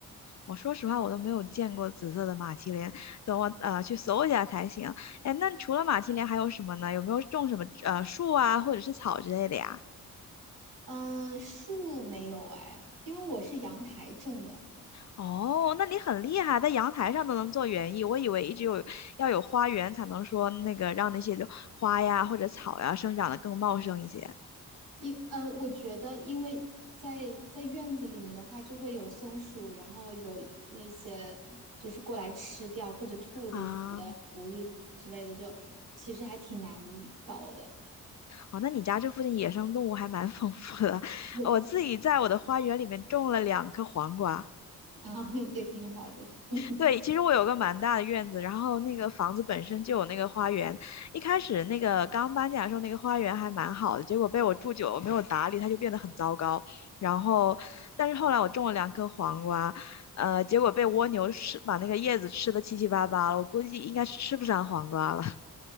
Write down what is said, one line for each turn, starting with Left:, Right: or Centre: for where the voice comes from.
Left: 我说实话，我都没有见过紫色的马蹄莲，等我呃去搜一下才行。哎，那除了马蹄莲还有什么呢？有没有种什么呃树啊，或者是草之类的呀？
Right: 嗯，树没有哎，因为我是阳台种的。
Left: 哦，那你很厉害，在阳台上都能做园艺。我以为一直有要有花园才能说那个让那些花呀或者草呀生长得更茂盛一些。
Right: 因呃，我觉得，因为在在院子里面的话，就会有松鼠，然后有那些就是过来吃掉或者兔子什么的，
Left: 啊，
Right: 狐狸之类的，就其实还挺难搞的。
Left: 哦，那你家这附近野生动物还蛮丰富的。<laughs>
Right: 我
Left: 我自己在我的花园里面种了两颗黄瓜。
Right: 然后也 <laughs> 挺好的。<laughs>
Left: 对，其实我有个蛮大的院子，然后那个房子本身就有那个花园。一开始那个刚搬进来的时候，那个花园还蛮好的，结果被我住久了没有打理，它就变得很糟糕。然后，但是后来我种了两颗黄瓜，呃，结果被蜗牛吃，把那个叶子吃的七七八八了。我估计应该是吃不上黄瓜了。<laughs>